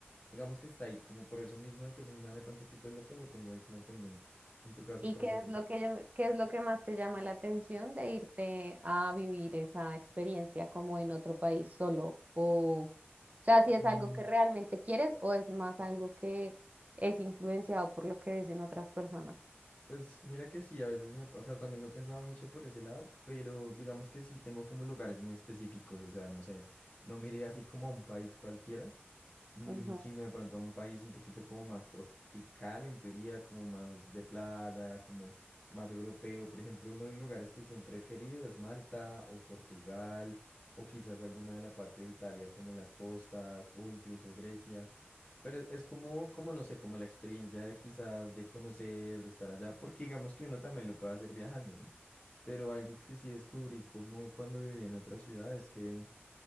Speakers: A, on the left (about 30°); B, on the right (about 35°).
A: Digamos que está ahí, como por eso mismo de que es una meta un poquito loca, la tengo ahí como pendiente. En tu caso,
B: ¿Y
A: ¿cuál
B: qué
A: sería?
B: es lo que, llam- qué es lo que más te llama la atención de irte a vivir esa experiencia como en otro país solo? O, o sea, si es
A: Mm,
B: algo que realmente quieres o es más algo que es influenciado por lo que ves en otras personas.
A: Pues mira que sí, a veces me pasa, también lo he pensado mucho por ese lado, pero digamos que sí tengo como lugares muy específicos, o sea, no sé, no miré así como a un país cualquiera, mm,
B: Ujú,
A: sino de pronto a un país un poquito como más tropical en teoría, como más de playa, como más europeo. Por ejemplo, uno de los lugares que siempre he querido es Malta o Portugal o quizás alguna de la parte de Italia como en las costas o incluso Grecia. Pero e, es como, como, no sé, como la experiencia de quizás de conocer, de estar allá, porque digamos que uno también lo puede hacer viajando, ¿no? Pero algo que sí descubrí como cuando viví en otra ciudad es que,